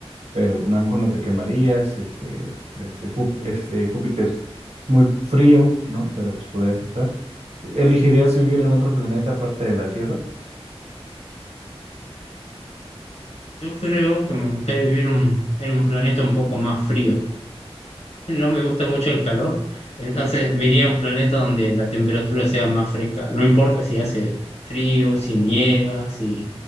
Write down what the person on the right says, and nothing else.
pero a lo mejor no te quemarías, este, este, Jú- este Júpiter es muy frío, ¿no? Pero pues podrías estar. ¿Elegirías vivir en otro planeta aparte de la Tierra?